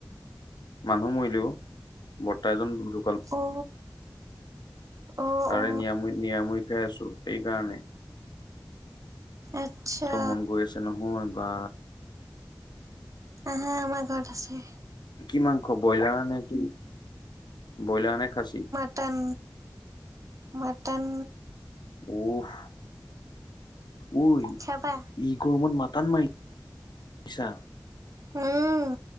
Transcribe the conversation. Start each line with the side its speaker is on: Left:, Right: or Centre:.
Left: মানুহ মৰিলেও বৰ্তা এজন ধু।
Right: অ অ
Left: তাৰে
Right: অ
Left: নিৰামুই নিৰামুই খাই আছো সেইকাৰণে।
Right: আচ্ছা
Left: মন গৈ আছে নহয় বা।
Right: আহা আমাৰ ঘৰত আছে।
Left: কি মাংস ব্ৰইলাৰ নে কি ব্ৰইলাৰ নে খাচী।
Right: Mutton mutton.
Left: উফ উই।
Right: চাবা।
Left: ই গৰমত মাতান মাৰিছা।
Right: উম।